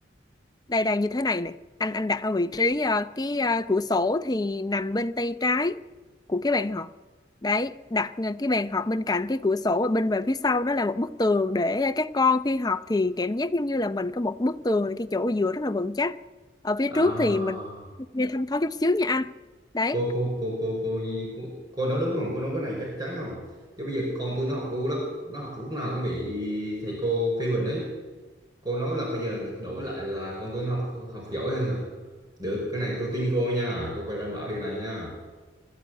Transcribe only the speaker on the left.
đây đây như thế này này anh anh đặt ở vị trí ờ, cái ờ, cửa sổ thì nằm bên tay trái của cái bàn học đấy đặt ờ, cái bàn học bên cạnh cái cửa sổ và bên về phía sau đó là một bức tường để các con khi học thì cảm giác giống như là mình có một bức tường cái chỗ dựa rất là vững chắc ở phía
trước thì mình nghe thâm thoáng chút xíu nha anh đấy